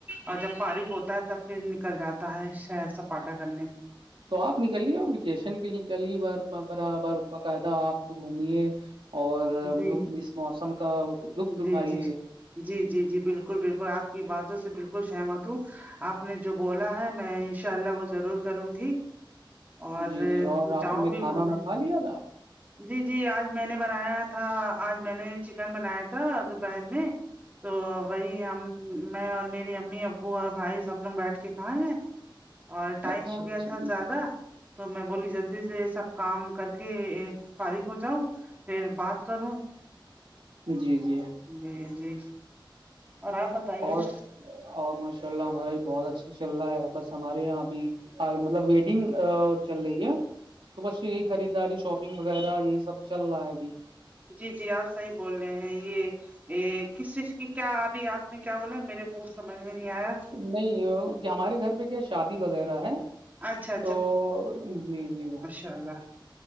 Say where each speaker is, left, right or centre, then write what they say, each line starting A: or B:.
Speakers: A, on the right (about 20°); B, on the right (about 75°).
A: اور جب فارغ ہوتا ہے تب پھر نکل جاتا ہے شہر سپاٹا کرنے
B: تو آپ نکلیے ویکیشن کے لیے نکلیے ب برابر باقاعدہ آپ تو گھمیے اور
A: جی
B: اس موسم کا لطف اٹھائیے
A: جی جی جی جی جی بالکل بالکل آپ کی باتوں سے بالکل سہمت ہوں آپ نے جو بولا ہے میں انشاء اللہ وہ ضرور کروں گی اور
B: جی جی اور آپ
A: جاؤں
B: نے
A: گی
B: کھانا
A: گھوم
B: وانا کھا لیا تھا
A: جی جی آج میں نے بنایا تھا آج میں نے چکن بنایا تھا دو پہر میں تو وہی ہم میں اور میری امی ا ابو اور بھائی سب لوگ بیٹھ کے کھائے ہیں اور ٹائم
B: اچھا
A: ہو
B: اچھا
A: گیا تھا
B: جی
A: زیادہ تو میں بولی جلدی سے یہ سب کام کر کے فارغ ہو جاؤں پھر بات کروں
B: جی جی
A: جی جی اور آپ بتائیے
B: اور اور ماشاء اللہ ہمارا بھی بہت اچھا چل رہا ہے بس ہمارے یہاں بھی ہ مطلب ویڈنگ چل رہی ہے تو بس یہی خریداری شاپنگ وغیرہ یہی سب چل رہا ہے ابھی
A: جی جی آپ صحیح بول رہے ہیں یہ ا کس چیز کی کیا ابھی آپ نے کیا بولا میرے کو سمجھ میں نہیں آیا
B: نہیں وہ کہ ہمارے گھر پے کیا شادی وغیرہ ہے
A: اچھا
B: تو جی جی
A: انشاءاللہ